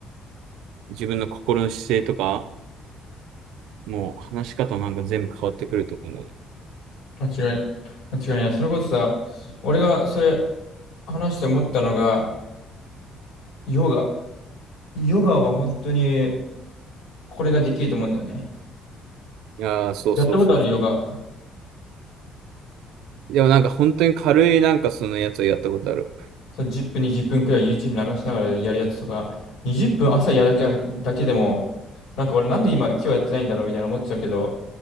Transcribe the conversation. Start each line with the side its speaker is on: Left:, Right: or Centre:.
Right: 自分の心の姿勢とか、もう話し方もなんか全部変わってくると思うんだよね。
Left: 間違い、間違いない。それこそさ、俺がそれ話して思ったのが、ヨガ。ヨガは本当に、これができると思うんだよね。
Right: いやー、そうそうそう。
Left: やったことあるヨガ。
Right: でもなんか本当に軽いなんかそのやつをやったことある。
Left: その10分、20分くらい YouTube 流しながらやるやつとか、20分朝やるだけ、だけでも、なんか俺なんで今、今日やってないんだろうみたいな思っちゃうけど、